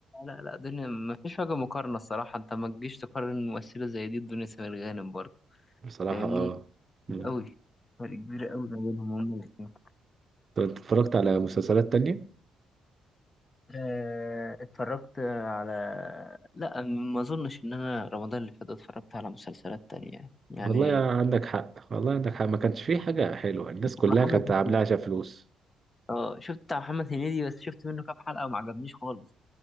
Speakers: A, on the left; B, on the right.
A: لا لا دنيا ما فيش وجه مقارنة الصراحة انت ما تجيش تقارن ممثلة زي دي بدنيا سمير غانم برضه
B: بصراحة
A: فاهمني
B: اه مم.
A: كتير قوي فرق كبير قوي ما بينهم هما الاتنين
B: طب اتفرجت على مسلسلات تانية
A: آه، اتفرجت على لا ما اظنش ان انا رمضان اللي فات اتفرجت على مسلسلات تانية يعني
B: والله عندك حق والله عندك حق ما كانش فيه حاجة حلوة الناس كلها
A: محمد
B: كانت
A: هنيدي
B: عاملاها عشان فلوس
A: اه شفت بتاع محمد هنيدي بس شفت منه كام حلقة وما عجبنيش خالص